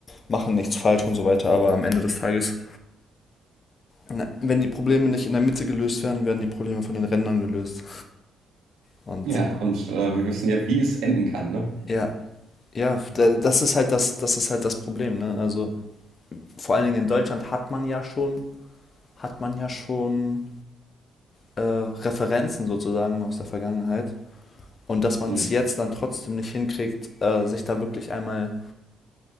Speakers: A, on the left; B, on the right.
A: machen nichts falsch und so weiter, aber am Ende des Tages, na, wenn die Probleme nicht in der Mitte gelöst werden, werden die Probleme von den Rändern gelöst. Und
B: Ja, und äh, wir wissen ja, wie es enden kann, ne?
A: ja, ja, da- das ist halt das, das ist halt das Problem, ne? Also vor allen Dingen in Deutschland hat man ja schon, hat man ja schon äh, Referenzen sozusagen aus der Vergangenheit. Und dass man
B: Richtig.
A: es jetzt dann trotzdem nicht hinkriegt, äh, sich da wirklich einmal